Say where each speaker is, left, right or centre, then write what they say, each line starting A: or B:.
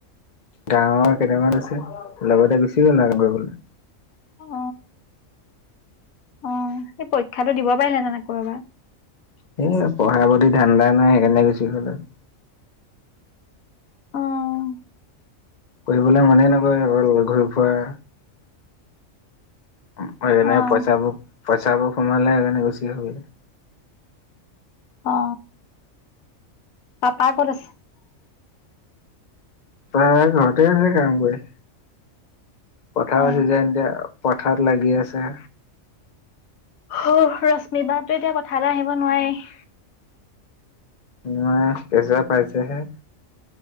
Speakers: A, on the left; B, on the left.
A: গাঁৱৰ কেইটামান আছে লগতে গুচি গ'ল ন কাম কৰিবলৈ
B: আহ অ সেই পৰীক্ষাটো দিব পাৰিলে আকৌ এবাৰ
A: সেই পঢ়া পতি ধান্দা নাই সেইকাৰণে গুচি গ'ল আৰু
B: অ',
A: পঢ়িবলৈ মানেই নকৰে অকল ঘূৰি ফুৰা সেইকাৰণে
B: অ',
A: পইচাবোৰ পইচাবোৰ সোমালে সেইকাৰণে গুচি আহ
B: অ পাপা ক'ত আছে
A: তাই ঘৰতে আছে কাম কৰি পথাৰ
B: অ'।
A: চিজন এতিয়া পথাৰত লাগি আছে
B: অ ৰশ্মিবা তো এতিয়া পথাৰলৈ আহিব নোৱাৰেই
A: নাই কেচুৱা পাইছেহে